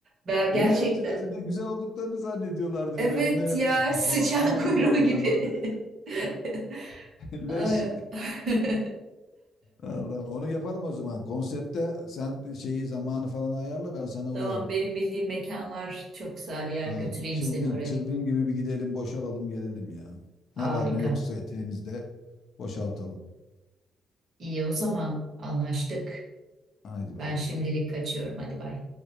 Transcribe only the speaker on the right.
Ben gerçekten
evet
ya <laughs> sıçan
kuyruğu
gibi.
<laughs>
Ay. <laughs>
Tamam
benim bildiğim mekanlar çok güzel bir yer
götüreyim
seni oraya.
Harika.
İyi o zaman anlaştık.
Ben
şimdilik
kaçıyorum hadi bay.